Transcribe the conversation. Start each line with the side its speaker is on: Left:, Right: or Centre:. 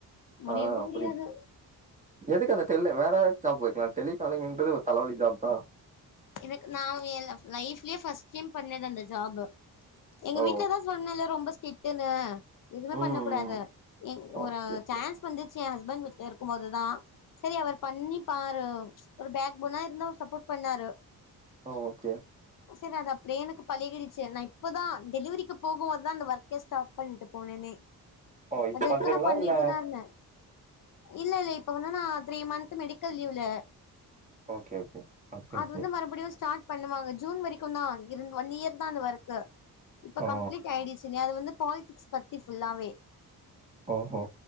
Left: முடியவு
Right: ஆ
Left: முடியாது
Right: புரியுது எதுக்கு அந்த டெலி வேற ஜாப் போய்ர்க்ளா டெலிகாலிங்ன்றது ஒரு தலவலி ஜாப்தா
Left: எனக்கு நா ஏன் லைஃப்லியே ஃபர்ஸ்ட் டைம் பண்ணது அந்த ஜாபு எங்க
Right: ஓ
Left: வீட்லதா சொன்னல்ல ரொம்ப ஸ்ட்ரிட்டுன்னு இதுவுமே
Right: ம்
Left: பண்ண கூடாது
Right: ம்
Left: எங்
Right: ஓகே
Left: ஒரு சான்ஸ்
Right: ஓகே
Left: வந்துச்சு என் ஹஸ்பண்ட் இருக்கும்போதுதா சரி அவர் பண்ணி பாரு ஒரு பேக் போனா இருந்து அவர் சப்போட் பண்ணாரு
Right: ஓகே
Left: சரி அது அப்டியே எனக்கு பழகிடுச்சி நா இப்பதா டெலிவரிக்குப் போகுபோதுதா அந்த ஒர்க்கே ஸ்டாப் பண்ணிட்டு போனேனே
Right: ஓ இப்ப
Left: அது
Right: பண்றீங்களா
Left: இருக்கு நா பண்ணிட்டுதா
Right: இல்ல
Left: இருந்த இல்ல இல்ல இப்ப வந்து நா த்ரீ மந்த் மெடிக்கல் லீவ்ல
Right: ஓகே ஓகே ஓகே ஓகே
Left: இது வந்து மறுபடியு ஸ்டார்ட் பண்ணுவாங்க ஜூன் வரைக்குந்தா இரு ஒன் இயர்தா இந்த ஒர்கு இப்ப
Right: ஓ
Left: கம்ப்ளீட் ஆயிடுச்சுன்ன அது வந்து பாலிடிக்ஸ் பத்தி ஃபுல்லாவே
Right: ஓஹோ